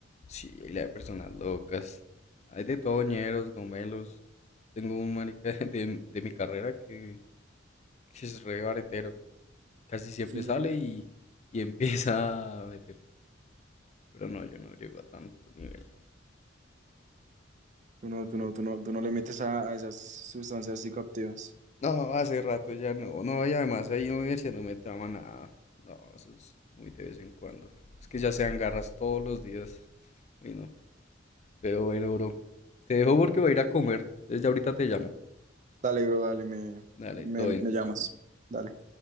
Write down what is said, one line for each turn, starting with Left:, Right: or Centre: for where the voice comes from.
Left: Sí, la de personas locas. Hay de toñeros, gomelos. Tengo un marica <laughs> de, de de mi carrera que, que es re baretero. Casi siempre
Right: Sí, sí,
Left: sale
Right: sí.
Left: y, y empieza a meter. Pero no, yo no llego a tanto nivel.
Right: Tú no, tú no, tú no, tú no le metes a, a esas sustancias psicoactivas.
Left: No, hace rato ya no. No, y además ahí en la universidad no me trama nada. No, eso es muy de vez en cuando. Es que ya sean garras todos los días. Uy, no. Pero bueno, bro. Te dejo porque voy a ir a comer. Entonces ya ahorita te llamo.
Right: Dale, bro, dale, me,
Left: Dale,
Right: me,
Left: todo bien.
Right: me llamas. Dale.